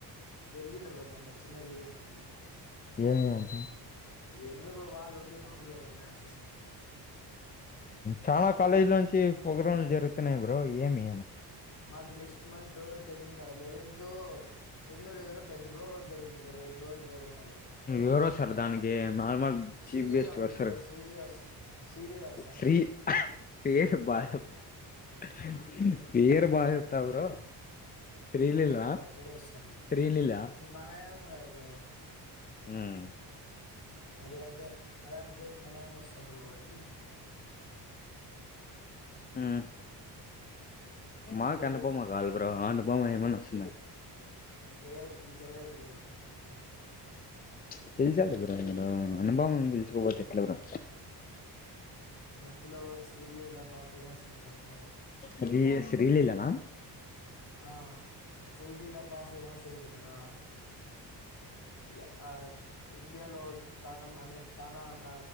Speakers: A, on the left (about 45°); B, on the left (about 25°).
A: జరిగింది బ్రో మొన్న చిన్నది ఈవెంట్
B: ఏమి గాట్లే
A: ఎందుకు వాళ్ళు ఊకె మాములు డాన్స్ చేశారు.
B: చాలా కాలేజిలో నుంచి ప్రోగ్రాంలు జరుగుతున్నాయి బ్రో ఏమి
A: అగ్ next month ten eleventh, ten, eleven పెద్ద ప్రోగ్రామ్ జరుగు ఇంగో రెండ్ రోజులు ప్రోగ్రామ్ అది
B: ఎవరోస్తరు దానికి నార్మల్
A: శ్రీలీల
B: చీఫ్ గెస్ట్
A: ఉంది
B: వస్తరు
A: బ్రో శ్రీలీల వస్తుంది శ్రీలీల వస్తుంది
B: శ్రీ
A: బ్రో
B: పేరు <unintelligible> బా చెప్తావు బ్రో శ్రీలీల
A: ఇది కాదు ఒక్కడే వస్తది బ్రో
B: శ్రీలీల
A: ఇప్పుడు మనమే ఉన్నాం కదా బ్రో
B: హ్మ్
A: అదే అంటే అలాంటి చోటు మనయమ్మ వస్తాంది కాబట్టి
B: హ్మ్ మాకు
A: అంటే
B: అనుపమ కాదు బ్రో అనుపమ ఏమన్న వస్తుందని
A: లేద్ పిలిచారు కదా బ్రో
B: చ్ పిలిచారు కదా బ్రో మీరు అనుభావం పిలుచుకోపోతే ఎట్లా బ్రో
A: ఈ మధ్యలో శ్రీలీలా బాగ ఫేమస్ అయింది గ బ్రో
B: అది శ్రీలిలనా
A: ఆ శ్రీలీలా బా ఫేమస్ అయింది కదా య ఆ ఇండియాలో చానం ఆమె చనా క